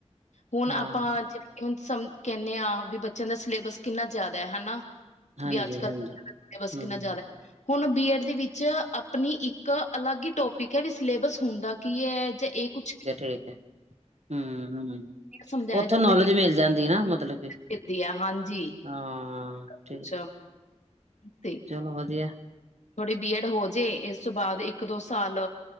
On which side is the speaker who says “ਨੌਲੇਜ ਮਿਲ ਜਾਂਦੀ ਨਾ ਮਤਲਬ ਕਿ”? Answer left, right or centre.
Right